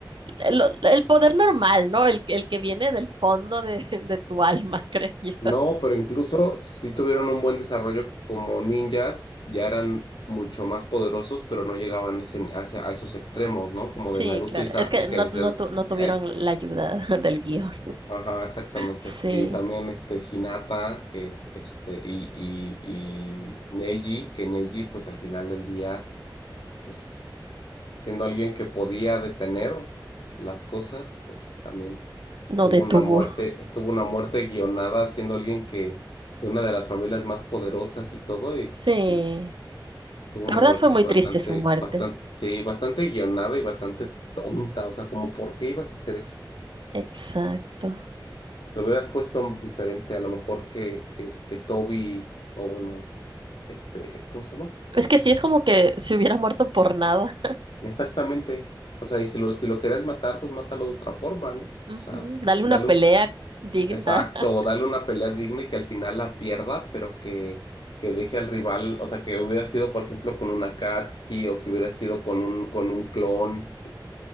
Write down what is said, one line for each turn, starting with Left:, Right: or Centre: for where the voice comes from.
Right: el, el poder normal, ¿no? El, que- el que viene del fondo de, <laughs> de tu alma, <laughs> creo yo.
Left: No, pero incluso si tuvieron un buen desarrollo como ninjas, ya eran mucho más poderosos, pero no llegaban a, ese- a ese- a esos extremos, ¿no? Como
Right: Sí,
Left: de Naruto
Right: claro.
Left: y Sasuke
Right: Es que no,
Left: que decían,
Right: no, tu- no tuvieron
Left: ¿qué?
Right: la ayuda <laughs> del guión.
Left: Ajá, exactamente.
Right: Sí,
Left: Y también este Hinata, que este, y, y, y Neji, que Neji, pues al final del día, pues siendo alguien que podía detener las cosas, pues también.
Right: no
Left: Tuvo
Right: detuvo.
Left: una muerte, tuvo una muerte guionada siendo alguien que, de una de las familias más poderosas y todo, y,
Right: Sí.
Left: y tuvo una
Right: La verdad
Left: muerte
Right: fue muy
Left: bastante,
Right: triste su muerte.
Left: bastante, sí, bastante guionada y bastante tonta. O sea, como, ¿por qué ibas a hacer eso?
Right: Exacto.
Left: Lo hubieras puesto diferente, a lo mejor que, que, que Toby, o bueno, este, ¿cómo se llama?
Right: Es que sí, es como que se hubiera muerto por nada.
Left: Exactamente. O sea, y si lo, si lo querías matar, pues mátalo de otra forma, ¿no? O
Right: Ujú,
Left: sea,
Right: Dale
Left: dale
Right: una pelea
Left: un
Right: digna.
Left: Exacto,
Right: <laughs>
Left: o darle una pelea digna y que al final la pierda, pero que, que deje al rival, o sea, que hubiera sido, por ejemplo, con una Akatsuki o que hubiera sido con un, con un clon,